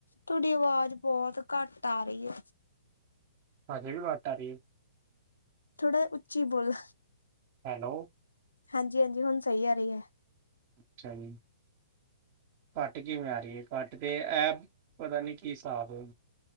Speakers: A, on the left (about 80°); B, on the right (about 40°).
A: ਤੁਹਾਡੀ ਆਵਾਜ਼ ਬੋਤ ਘੱਟ ਆ ਰਹੀ ਏ।
B: ਹਜੇ ਵੀ ਵਟ ਆ ਰਹੀ ਏ।
A: ਥੋੜਾ ਜਾ ਉੱਚੀ ਬੋਲੋ
B: ਹੈਲੋ
A: ਹਾਂਜੀ-ਹਾਂਜੀ ਹੁਨ ਸਈ ਆ ਰਹੀ ਏ।
B: ਅੱਛਾ ਜੀ। ਘੱਟ ਕਿਵੇਂ ਆ ਰੀ ਐ, ਘੱਟ ਤੇ ਐ ਪਤਾ ਨੀ ਕੀ ਹਿਸਾਬ ਏ।